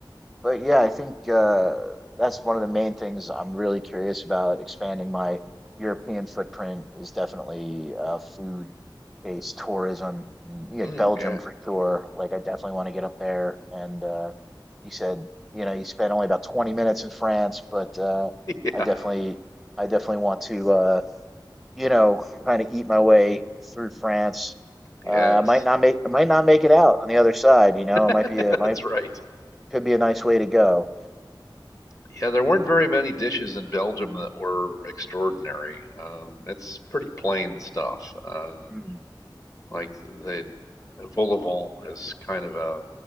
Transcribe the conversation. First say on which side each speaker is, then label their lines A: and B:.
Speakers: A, in the centre; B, on the left (about 40°).
A: but yeah, I think uh, that's one of the main things I'm really curious about expanding my European footprint is definitely uh, food-based tourism. And, yeah,
B: Mm,
A: Belgium
B: yeah.
A: for sure. Like, I definitely want to get up there. And uh, you said, you know, you spent only about 20 minutes in France, but uh,
B: Yeah.
A: I definitely, I definitely want to, uh, you know, kind of eat my way through France.
B: Yes.
A: Uh, I might not make, I might not make it out on the other side. You know,
B: <laughs>
A: it might be, a,
B: That's
A: might
B: right.
A: could be a nice way to go.
B: Yeah, there weren't very many dishes in Belgium that were extraordinary. Um, it's pretty plain stuff. Uh,
A: Mm,
B: Like the vol au vent is kind of a